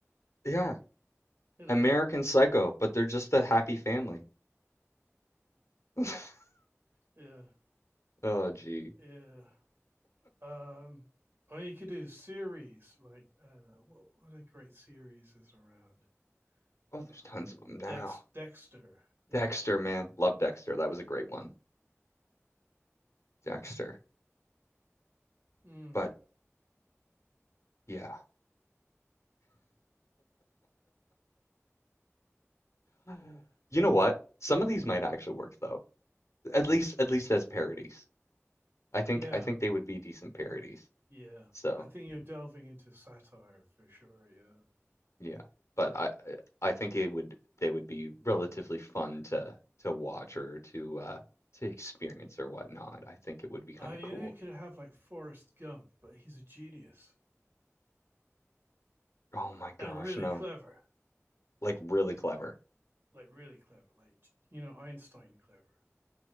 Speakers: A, on the left (about 70°); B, on the right (about 50°).
A: yeah.
B: you know.
A: American Psycho, but they're just a happy family. <laughs>
B: Yeah,
A: oh, gee.
B: yeah. Um, I mean, you could do series like uh, what, what a great series is around
A: Oh,
B: uh,
A: there's tons of them now.
B: Dex Dexter, you
A: Dexter,
B: know.
A: man. Love Dexter.
B: Yeah,
A: That was a great
B: yeah.
A: one. Dexter.
B: Mm.
A: But
B: <laughs>
A: yeah. <laughs> you know what? Some of these might actually work though. At least at least as parodies. I think
B: Yeah,
A: I think they would be decent parodies.
B: yeah.
A: So
B: I think you're delving into satire for sure. Yeah,
A: yeah, but
B: yeah.
A: I I think it would they would be relatively fun to to watch or to uh, to experience or whatnot. I think it would be kind
B: Uh, you
A: of cool.
B: know, you could have like Forrest Gump, but he's a genius.
A: Oh my gosh,
B: and really
A: no,
B: clever,
A: like really clever.
B: like really clever, like you know Einstein clever.